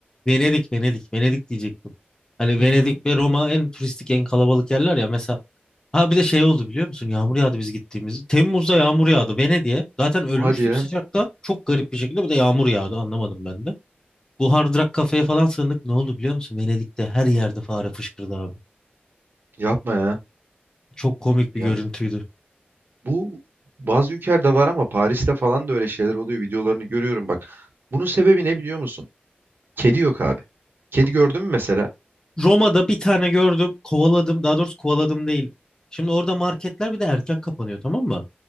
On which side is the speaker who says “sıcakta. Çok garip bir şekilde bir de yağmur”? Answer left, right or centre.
Left